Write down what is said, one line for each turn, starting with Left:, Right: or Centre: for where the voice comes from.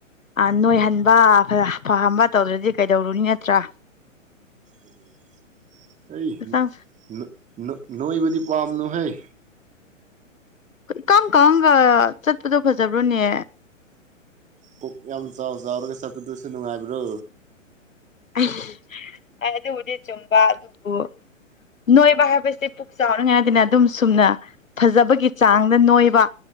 Left: ꯑ ꯅꯣꯏꯍꯟꯕ ꯐ ꯐꯍꯟꯕ ꯇꯧꯗ꯭ꯔꯗꯤ ꯀꯩꯗꯧꯔꯨꯅꯤ ꯅꯠꯇ꯭ꯔꯥ
Right: ꯎꯝ ꯑꯩ
Left: ꯍꯛꯆꯥꯡ
Right: ꯅꯣ ꯅꯣ ꯅꯣꯏꯕꯗꯤ ꯄꯥꯝꯅꯨꯍꯩ
Left: ꯏꯀꯪ ꯀꯪꯉꯒ ꯆꯠꯄꯗꯣ ꯐꯖꯕ꯭ꯔꯣꯅꯦ
Right: ꯄꯨꯛ ꯌꯥꯝ ꯆꯥꯎ ꯆꯥꯎꯔꯒ ꯆꯠꯄꯗꯨꯁꯨ ꯅꯨꯡꯉꯥꯏꯕ꯭ꯔꯣ
Left: ꯑꯩ ꯑꯗꯨꯕꯨꯗꯤ ꯆꯨꯝꯕ ꯑꯗꯨꯕꯨ ꯅꯣꯏꯕ ꯍꯥꯏꯕꯁꯦ ꯄꯨꯛ ꯆꯥꯎꯔꯤꯉꯥꯏꯗꯅ ꯗꯨꯝ ꯁꯨꯝꯅ ꯐꯖꯕꯒꯤ ꯆꯥꯡꯗ ꯅꯣꯏꯕ